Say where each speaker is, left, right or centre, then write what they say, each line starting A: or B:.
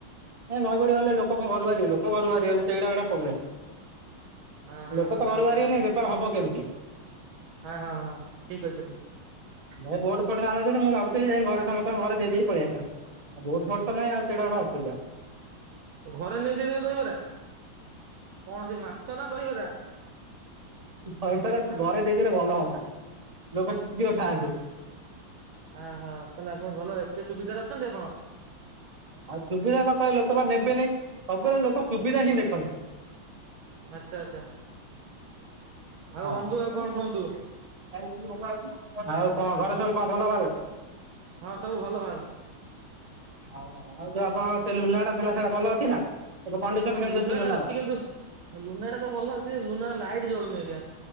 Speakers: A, on the right (about 20°); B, on the right (about 75°).
A: ନାଇଁ ନଈ ବଢି ହେଲେ ଲୋକ କଣ ଘରୁ ବାହାରିବେ, ଲୋକ ଘରୁ ବାହାରିବେନି ସେଇଟା ଗୋଟା ପ୍ରୋ୍ଲେମ୍।
B: ହଁ ହଁ
A: ଲୋକ ତ ଘରୁ
B: ଠିକ୍
A: ବାହାରିବେନି,
B: କହିଛନ୍ତି।
A: ବେପାର ହବ କେମିତି?
B: ହଁ- ହଁ- ହଁ ଠିକ୍ କହିଚନ୍ତି।
A: ନାଇଁ ବୋଟ୍ ଫୋଟ୍ ଥାଆନ୍ତା ଯଦି, ମୁଁ ଭାବୁଥିଲି ଯାଇ ଘରେ ସମସ୍ତଙ୍କ ଘରେ ଦେଇ ଦେଇ ପଳେଇ ଆସି ଥାନ୍ତି। ଆଉ ବୋଟ୍ ଫୋ ଟ୍ ନାଇଁ ଆଉ ସେଇଟା ଗୁଡା ଅସୁବିଧା।
B: ଘରେ ନେଇ ଦେଇଦେବି ଦହିବରା, କଣ ସେଇ ମାଛ ନା ଦହିବରା?
A: <unintelligible>
B: ଆ ହଁ ତାହେଲେ ଆପଣ ଭଲ ଏତେ ସୁବିଧାରେ ଅଛନ୍ତି ଆପଣ?
A: ଆଉ ସୁବିଧା ନ ପାଇଲେ ଲୋକମାନେ ନେବେନି, ସବୁବେଳେ ଲୋକ ସୁବିଧା ହିଁ ଦେଖନ୍ତି।
B: ଆଚ୍ଛା ଆଚ୍ଛା ଆଉ
A: ହଁ।
B: ବନ୍ଧୁ ଆଉ କଣ କୁହନ୍ତୁ?
A: ଆଉ କଣ ଘରେ ସବୁ କଣ ଭଲ ଭାଲ?
B: ହଁ ସବୁ ଭଲ ଭାଲ।
A: ଆଉ ଯୋଉ ଆପଣଙ୍କ ସେ ଲୁନାଟା ଥିଲା, ସେଇଟା ଭଲ ଅଛି ନା? ଏବେ କଣ୍ଡିସନ କେମିତି
B: ଲୁନାଟା
A: ଅଛି ଲୁନାର?
B: କିନ୍ତୁ ଲୁନାଟା ତ ଭଲ ଅଛି ଲୁନାର ଲାଇଟ୍ ଜଳୁନି ଆଜ୍ଞା,